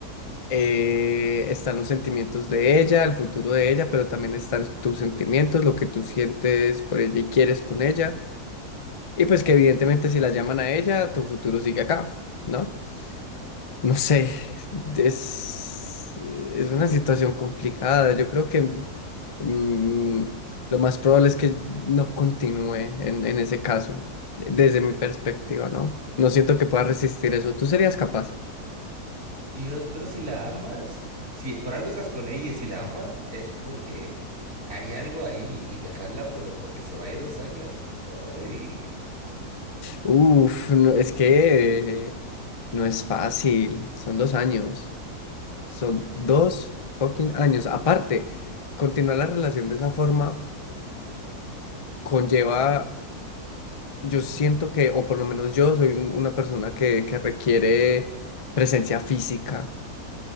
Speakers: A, on the left; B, on the right.
A: Eh, están los sentimientos de ella, el futuro de ella, pero también están tus sentimientos, lo que tú sientes por ella y quieres con ella. Y pues que evidentemente si la llaman a ella, tu futuro sigue acá, ¿no? No sé, es, es una situación complicada. Yo creo que mm, lo más probable es que no continúe en, en ese caso, desde mi perspectiva, ¿no? No siento que pueda resistir eso. ¿Tú serías capaz?
B: Dios, pero si la amas, si por algo estás con ella y si la amas, es porque hay algo ahí y dejarla por, porque se vaya dos años. Ay,
A: Uf, no, es que eh, no es fácil. Son dos años. Son dos fucking años. Aparte, continuar la relación de esa forma conlleva Yo siento que, o por lo menos yo soy un- una persona que, que requiere presencia física